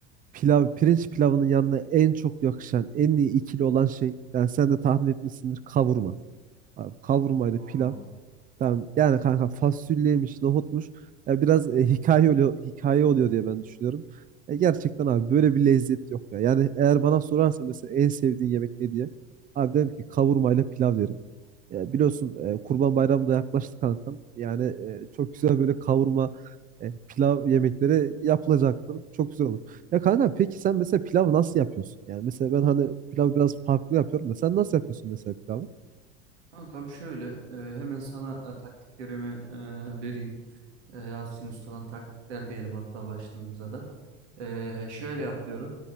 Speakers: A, on the right (about 25°); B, on the right (about 75°).
A: pilav, pirinç pilavının yanına en çok yakışan, en iyi ikili olan şey. Yani sen de tahmin etmişsindir kavurma. Abi kavurmayla
B: Oo.
A: pilav. Tamam. Yani kanka fasulyeymiş, nohutmuş. Ya biraz e, hikaye oluyor, hikaye oluyor diye ben düşünüyorum. E, gerçekten abi böyle bir lezzet yok ya. Yani eğer bana sorarsa mesela en sevdiğin yemek ne diye. Abi derim ki kavurma ile pilav derim. Ya biliyorsun e, Kurban Bayramı da yaklaştı kankam. Yani e, çok güzel böyle kavurma, e, pilav yemekleri yapılacaktır. Çok güzel olur. Ya kanka peki sen mesela pilavı nasıl yapıyorsun? Yani mesela ben hani pilavı biraz farklı yapıyorum da sen nasıl yapıyorsun mesela pilavı?
B: Kankam şöyle e, hemen sana e, taktiklerimi e, vereyim. E, Yasin Usta'dan taktikler diyelim hatta başlığımıza da. E, şöyle yapıyorum.